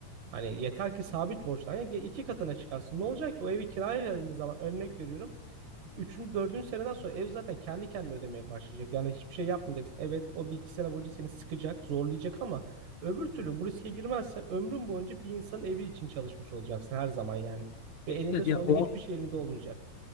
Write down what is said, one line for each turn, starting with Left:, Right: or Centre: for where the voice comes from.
Right: Hani yeter ki sabit borçlan. Ya iki katına çıkarsın. Ne olacak ki o evi kiraya verdiğin zaman örnek veriyorum. Üçüncü, dördüncü seneden sonra ev zaten kendi kendine ödemeye başlayacak. Yani hiçbir şey yapmayacaksın. Evet o bir iki sene boyunca seni sıkacak, zorlayacak ama öbür türlü bu riske girmezsen ömrün boyunca bir insanın evi için çalışmış olacaksın her zaman yani. Ve
Left: evet,
Right: elinde
Left: evet
Right: sonunda
Left: ya o
Right: hiçbir şey elinde olmayacak.